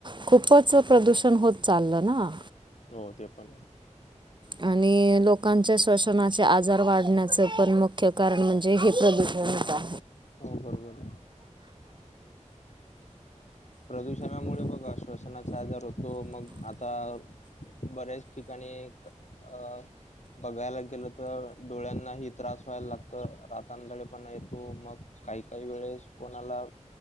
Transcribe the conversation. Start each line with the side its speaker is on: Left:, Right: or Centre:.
Right: खूपच प्रदूषण होत चाललं ना.
Left: हो ते पण आहे.
Right: आणि लोकांच्या श्वसनाचे आजार वाढण्याचं पण मुख्य कारण म्हणजे हे प्रदू <unintelligible> आहे.
Left: हो बरोबर. प्रदूषणामुळे बघा श्वसनाचा आजार होतो, मग आता बऱ्याच ठिकाणी अ बघायला गेलं तर, डोळ्यांनाही त्रास व्हायला लागतं, रातआंधळेपणा येतो मग काही काही वेळेस कोणाला